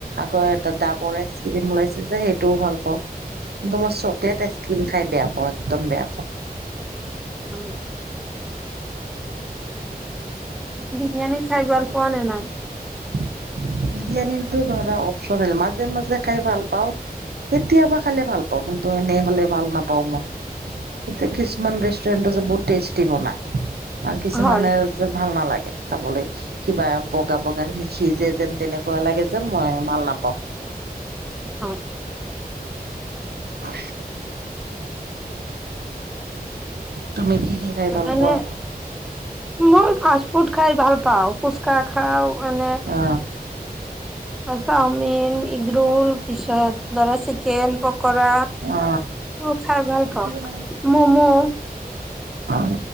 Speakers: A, on the right; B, in the centre.
A: আকৌ এটা ডাবৰ আইচ ক্ৰীম ওলাইছে যে সেইটোও ভাল পাও এক তোমই চকলেট আইচ ক্ৰীম খাই বেয়া পাওঁ একদম বেয়া পাও
B: অ', বিৰিয়ানী খাই বাৰ পোৱা নে নাই?
A: বিৰিয়ানীৰতটো ধৰা অপচনেল মাজে মাজে খাই ভাল পাও কেতিয়াবা খালে ভাল পাওঁ কিন্তু এনেই হলে ভাল নাপাও মই এতিয়া কিছুমান ৰেষ্টুৰেণ্ট আছে বহুত টেষ্টি বনাই আৰু কিছুমানে
B: হয়
A: যে ভাল নালাগে খাবলৈ কিবা বগা বগা খিনি সিজে যেন তেনেকুৱা লাগে যে মই মাল নাপাও
B: হয়
A: উ, তুমি কি কি খাই ভাল
B: এনেে
A: পোৱা
B: মই ফাষ্ট ফুড খাই ভাল পাও ফুচকা খাও মানে
A: অ
B: চাওমিন ইগ্ৰো পিছত ধৰা চিকেন কৰা
A: অ
B: ম খাই ভাল পাও
A: মানে
B: মমো
A: অ